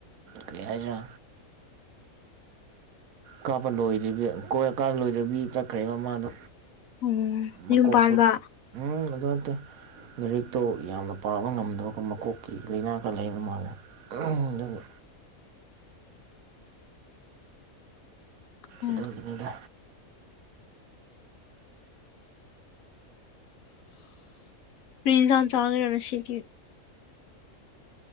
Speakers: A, on the right; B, on the left.
A: ꯀꯩ ꯍꯥꯏꯁꯤꯔꯥ ꯀꯕ ꯂꯣꯏꯗꯕꯤ ꯀꯣꯏ ꯀꯥꯕ ꯂꯣꯏꯗꯕꯤ ꯆꯠꯈ꯭ꯔꯦꯕ ꯃꯥꯗꯣ
B: ꯎꯝ
A: ꯃꯀꯣꯛꯇꯣ
B: ꯌꯨꯝ ꯄꯥꯟꯕ
A: ꯎꯝ ꯑꯗꯨ ꯅꯠꯇꯦ ꯂꯥꯏꯔꯤꯛꯇꯣ ꯌꯥꯝꯅ ꯄꯥꯕ ꯉꯝꯗꯕꯀꯣ ꯃꯀꯣꯛꯀꯤ ꯂꯩꯅꯥ ꯈꯔ ꯂꯩꯥꯕ ꯃꯥꯜꯂꯦ ꯎꯝ ꯗꯨꯒꯤ
B: ꯎꯝ
A: ꯑꯗꯨꯒꯤꯅꯤꯗ
B: ꯀꯔꯤ ꯑꯦꯟꯖꯥꯡ ꯆꯥꯒꯦꯔꯥ ꯉꯥꯁꯤꯗꯤ